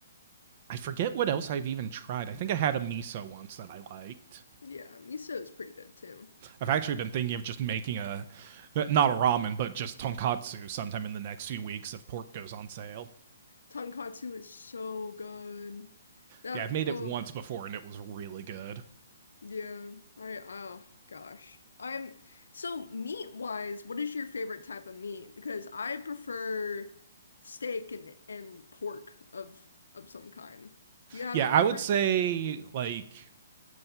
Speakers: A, on the right (about 40°); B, on the left (about 70°).
A: I forget what else I've even tried. I think I had a miso once that I liked.
B: Yeah, miso is pretty good too.
A: I've actually been thinking of just making a not a ramen, but just tonkatsu sometime in the next few weeks if pork goes on sale.
B: Tonkatsu is so good. That
A: Yeah, I've made
B: oh
A: it once before and it was really good.
B: yeah, I oh gosh. I'm so meat wise, what is your favorite type of meat? Because I prefer steak and and pork of of some kind. Do you have
A: Yeah,
B: a preference?
A: I would say like